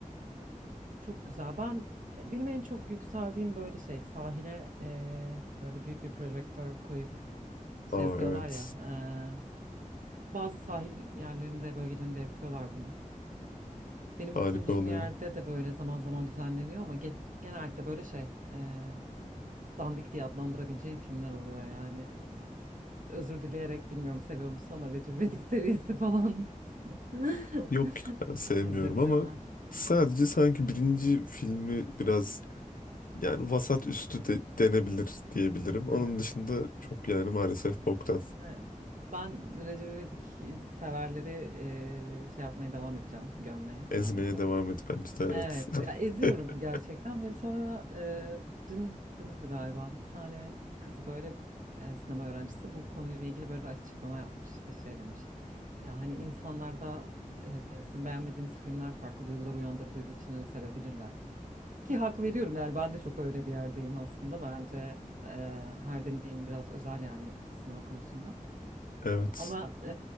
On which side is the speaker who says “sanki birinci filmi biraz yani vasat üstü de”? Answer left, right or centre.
Left